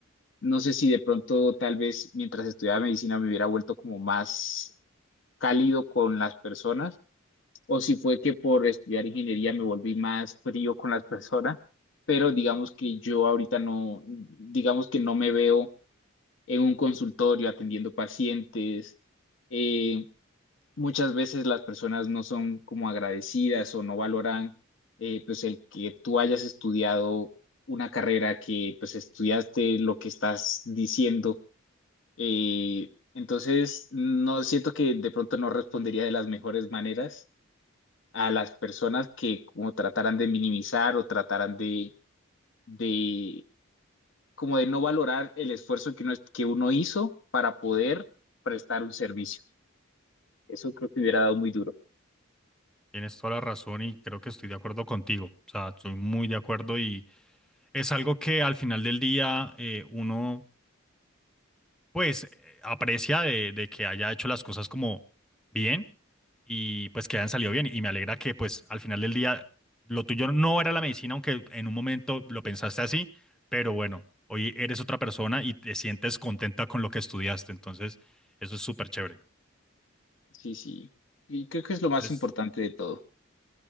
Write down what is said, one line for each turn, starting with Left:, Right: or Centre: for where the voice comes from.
Left: no sé si de pronto tal vez mientras estudiaba medicina me hubiera vuelto como más cálido con las personas o si fue que por estudiar ingeniería me volví más frío con las personas, pero digamos que yo ahorita no, digamos que no me veo en un consultorio atendiendo pacientes. Eh, muchas veces las personas no son como agradecidas o no valoran eh, pues el que tú hayas estudiado una carrera que pues estudiaste lo que estás diciendo. Eh, entonces, no siento que de pronto no respondería de las mejores maneras a las personas que como trataran de minimizar o trataran de, de como de no valorar el esfuerzo que uno, que uno hizo para poder prestar un servicio. Eso creo que hubiera dado muy duro.
Centre: Tienes toda la razón y creo que estoy de acuerdo contigo. O sea, estoy muy de acuerdo y es algo que al final del día eh, uno pues eh, aprecia de, de que haya hecho las cosas como bien y pues que hayan salido bien. Y me alegra que pues al final del día lo tuyo no era la medicina, aunque en un momento lo pensaste así, pero bueno, hoy eres otra persona y te sientes contenta con lo que estudiaste. Entonces, eso es súper chévere.
Left: Sí, sí. Y creo que es lo
Centre: Entonces,
Left: más importante de todo.